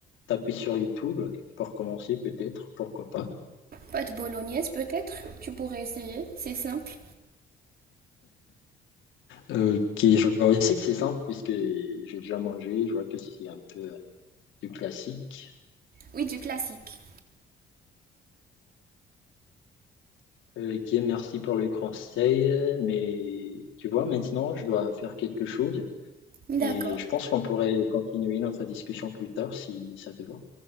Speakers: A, on the left; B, on the right.
A: taper sur YouTube pour commencer, peut-être, pourquoi pas?
B: Pâte bolognaise peut-être, tu pourrais essayer, c'est simple.
A: Ok, je vois aussi que c'est simple puisque j'ai déjà mangé, je vois que c'est un peu du classique.
B: Oui, du classique.
A: Ok, merci pour le conseil, mais tu vois, maintenant, je dois faire quelque chose
B: D'accord.
A: et je pense qu'on pourrait continuer notre discussion plus tard si ça te va.